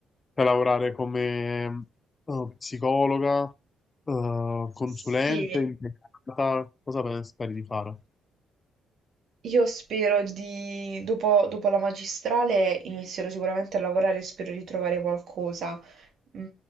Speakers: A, on the left; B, on the right.
A: Cioè, lavorare come eh, psicologa, eh, consulente,
B: Sì,
A: impiegata? Cosa pensi di fare?
B: Io spero di, dopo, dopo la magistrale inizierò sicuramente a lavorare e spero di trovare qualcosa. Mm,